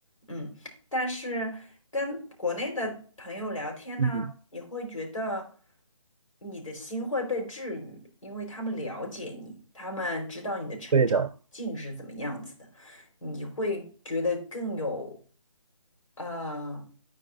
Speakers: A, on the left; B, on the right.
A: 嗯，但是跟国内的朋友聊天呢？
B: 嗯，
A: 你会觉得你的心会被治愈，因为他们了解你，他们知道你的成长境是怎么样子的，
B: 对的。
A: 你会觉得更有呃，